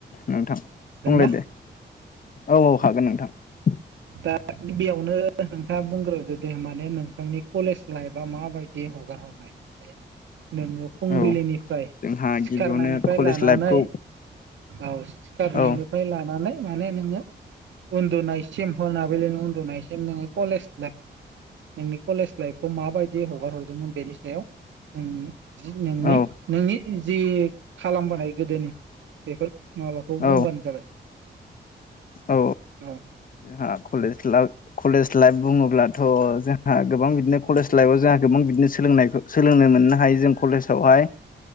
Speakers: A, on the left (about 45°); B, on the right (about 85°).
A: नोंथां बुंलाय
B: ना
A: दे औ औ हागोन नोंथां ।
B: दा गिबियावनो नोंथाङा बुंग्रोदो दे माने नोंथांनि कलेज लाइफआ माबायदि हगार हरनाय माने नोङो फुंबिलिनिफ्राय
A: औ जोंहा
B: सिखारनायनिफ्राय
A: गिबियावनो कलेज
B: लानानै
A: लाइफखौ
B: <unintelligible> सिखारनायनिफ्राय
A: औ
B: लानानै माने नोङो उन्दुनायसिम मोनाबिलि उन्दुनायसिम नोङो कलेज लाइफ नोंनि कलेज लाइफखौ माबायदि हगार हरदोंमोन बेनि सायाव नों नोंनि
A: औ
B: नोंनि जि खालामबोनाय गोदोनि बेफोर माबाखौ
A: औ
B: बुंबानो जाबाय।
A: औ
B: औ
A: जोंहा कलेज ला कलेज लाइफ बुङो बुङो अब्लाथ' जोंहा गोबां बिदिनो कलेज लाइफआव जोंहा गोबां बिदिनो सोलोंनायखौ सोलोंनो मोननो हायो जों कलेज बेवहाय।